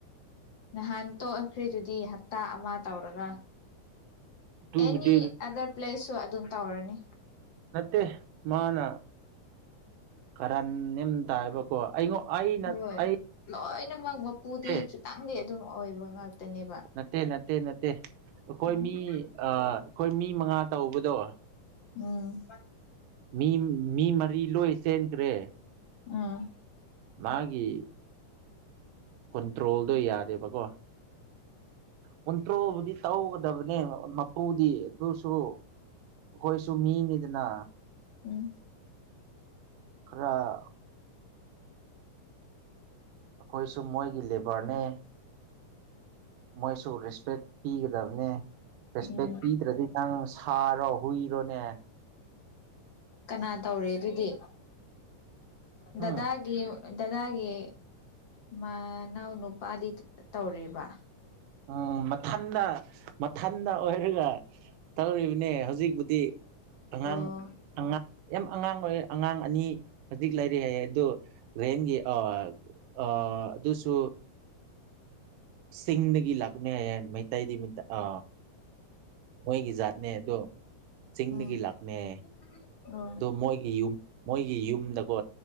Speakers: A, on the left (about 60°); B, on the right (about 80°).
A: ꯅꯍꯥꯟ ꯇꯣꯛꯑꯈ꯭ꯔꯤꯗꯨꯗꯤ ꯍꯞꯇꯥ ꯑꯃ ꯇꯧꯔꯒ
B: ꯑꯗꯨꯕꯨꯗꯤ
A: ꯑꯦꯅꯤ ꯑꯗꯔ ꯄ꯭ꯂꯦꯁꯁꯨ ꯑꯗꯨꯝ ꯇꯧꯔꯅꯤ꯫
B: ꯅꯠꯇꯦ ꯃꯥꯅ ꯀꯔꯝ ꯅꯦꯝ ꯇꯥꯏꯕ ꯀꯣ ꯑꯩꯉꯣ ꯑꯩꯅ
A: ꯍꯣꯏ
B: ꯑꯩ
A: ꯂꯣꯏꯅꯃꯛ ꯃꯄꯨꯗꯤ
B: ꯅꯠꯇꯦ
A: ꯈꯤꯇꯪꯗꯤ ꯑꯗꯨꯝ ꯑꯣꯏꯕ ꯉꯥꯛꯇꯅꯦꯕ꯫
B: ꯅꯠꯇꯦ ꯅꯠꯇꯦ ꯅꯠꯇꯦ ꯑꯩꯈꯣꯏ
A: ꯎꯝ
B: ꯃꯤ ꯑ ꯑꯩꯈꯣꯏ ꯃꯤ ꯃꯉꯥ ꯇꯧꯕꯗꯣ
A: ꯎꯝ
B: ꯃꯤ ꯃꯤ ꯃꯔꯤ ꯂꯣꯏ ꯆꯦꯟꯈ꯭ꯔꯦ꯫
A: ꯎꯝ
B: ꯃꯥꯒꯤ ꯀꯨꯟꯇ꯭ꯔꯣꯜꯗꯣ ꯌꯥꯗꯦꯕꯀꯣ꯫ ꯀꯨꯟꯇ꯭ꯔꯣꯕꯨꯗꯤ ꯇꯧꯒꯗꯕꯅꯦ ꯃꯄꯨꯗꯤ ꯑꯗꯨꯁꯨ ꯑꯩꯈꯣꯏꯁꯨ ꯃꯤꯅꯤꯗꯅ
A: <inaudible>
B: ꯈꯔ ꯑꯩꯈꯣꯏꯁꯨ ꯃꯣꯏꯒꯤ ꯂꯦꯕꯔꯅꯦ꯫ ꯃꯣꯏꯁꯨ ꯔꯦꯁꯄꯦꯛ ꯄꯤꯒꯗꯕꯅꯦ ꯔꯦꯁꯄꯦꯛ
A: ꯎꯝ
B: ꯄꯤꯗ꯭ꯔꯗꯤ ꯅꯪ ꯁꯥꯔꯣ ꯍꯨꯏꯔꯣꯅꯦ꯫
A: ꯀꯅꯥ ꯇꯧꯔꯦ ꯑꯗꯨꯗꯤ ꯗꯗꯥꯒꯤ
B: ꯎꯝ
A: ꯗꯗꯥꯒꯤ ꯃꯅꯥꯎ ꯅꯨꯄꯥꯗꯤ ꯇꯧꯔꯤꯕ
B: ꯎꯝ ꯃꯊꯟꯗ ꯃꯊꯟꯗ ꯑꯣꯏꯍ ꯑꯩꯒ ꯇꯩꯔꯤꯕꯅꯦ ꯍꯧꯖꯤꯛꯄꯨꯗꯤ ꯑꯉꯥꯡ
A: ꯑꯣ
B: ꯑꯉꯥꯡ ꯌꯥꯝ ꯑꯉꯥꯡ ꯑꯣꯏ ꯑꯉꯥꯡ ꯑꯅꯤ ꯍꯧꯖꯤꯛ ꯂꯩꯔꯤ ꯍꯥꯏꯌꯦ ꯑꯗꯣ ꯔꯦꯟꯒꯤ ꯑꯥ ꯑ ꯑꯗꯨꯁꯨ ꯆꯤꯡꯗ ꯑꯩꯒꯤ ꯂꯥꯛꯅꯦꯌꯦ ꯃꯩꯇꯩꯗꯤ ꯑ ꯃꯣꯏꯒꯤ ꯖꯥꯠꯅꯦ ꯑꯗꯣ ꯆꯤꯡꯗꯒꯤ
A: ꯎꯝ
B: ꯂꯥꯛꯅꯦ꯫
A: <inaudible>
B: ꯑꯗꯣ ꯃꯣꯏꯒꯤ ꯌꯨꯝ ꯃꯣꯏꯒꯤ ꯌꯨꯝꯗꯀꯣ꯫